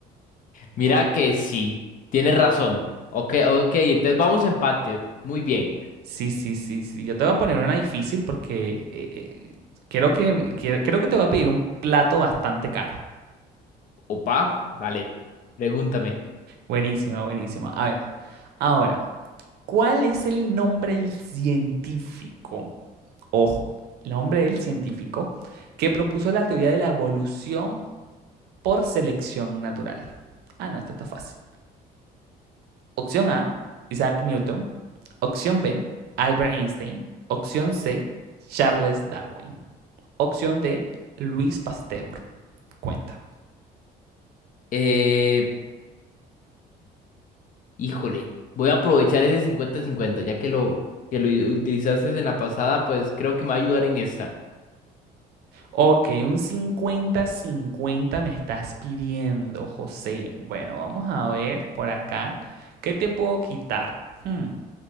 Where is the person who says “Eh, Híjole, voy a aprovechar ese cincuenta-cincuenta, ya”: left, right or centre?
Left